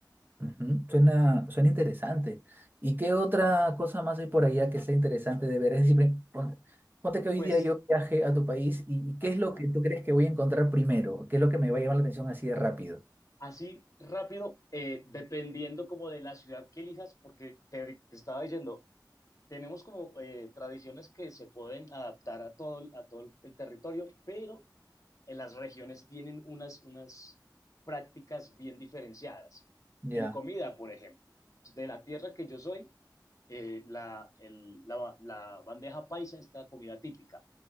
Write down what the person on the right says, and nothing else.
Ujú, Suena, suena interesante. ¿Y qué otra cosa más hay por allá que sea interesante de ver? Es decir, pre- ponte, ponte que hoy
día yo viaje a tu país y, y ¿qué
es lo que tú crees que voy a encontrar primero? ¿Qué es lo que me va a llamar la atención así de rápido?
Ya,